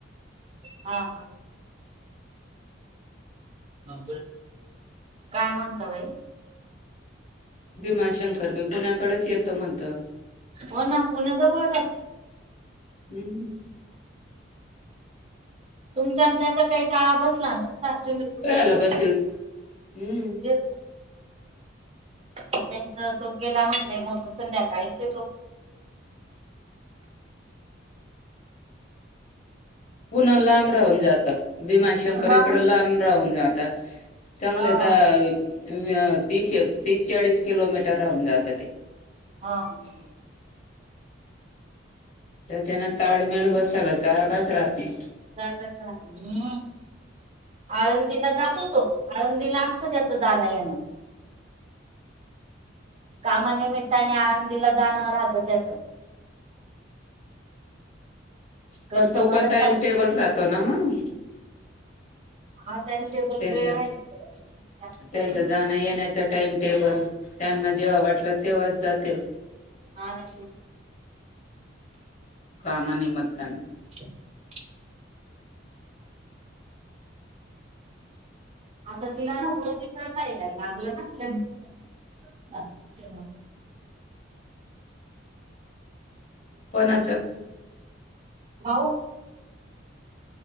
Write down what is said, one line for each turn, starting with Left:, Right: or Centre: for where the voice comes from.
Right: हा हा न काय म्हणता बाई,
Left: भीमाशंकर भी पुण्याकडेच येतं म्हणत,
Right: हो ना पुणे जवळ चा
Left: हम्म
Right: तुमचा त्याचा काही टाळा बसला नसता तुम्ही कुठे
Left: कळायला
Right: येतो.
Left: बसेल हम्म
Right: तेच त्यांच तो गेला म्हणजे मग संध्याकाळीच तो,
Left: पुन्हा लांब राहून जात भीमाशंकर
Right: हा
Left: इकडं लांब राहून जात, चांगलं
Right: हा
Left: द तीश तीस चाळीस किलोमीटर राहून जातं ते
Right: हा ह ह
Left: त्याच्यान ताडमेळ बसायला चारकाच राहत नाही.
Right: जागाच हम् आळंदीला जातो तो आळंदीला असत त्याच जाणं याना कामानिमित्ताने आळंदीला जाणं राहत त्याचं
Left: पण
Right: कस्टमर
Left: तो पण
Right: असतात
Left: टाइम टेबल राहतो ना मग
Right: हा त्यांनी तेल
Left: त्यांच
Right: वेळ
Left: त्यांच जाणं येण्याचा टाइम टेबल त्यांना जेव्हा वाटलं तेव्हाच जातील
Right: ह
Left: कामा नि मतनी
Right: अ् आता तिला ना वरतीिच का या लागलं ना ति
Left: कोणाचं
Right: भाऊ